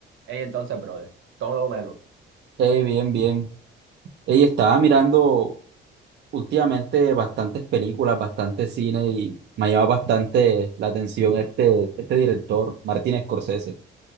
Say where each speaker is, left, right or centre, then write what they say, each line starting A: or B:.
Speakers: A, on the right; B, on the right.
A: Ey, entonces, brother, todo Melo,
B: Eh, bien, bien. Ey, estaba mirando últimamente bastantes películas, bastante cine y me llama bastante la atención este, este director, Martin Scorsese.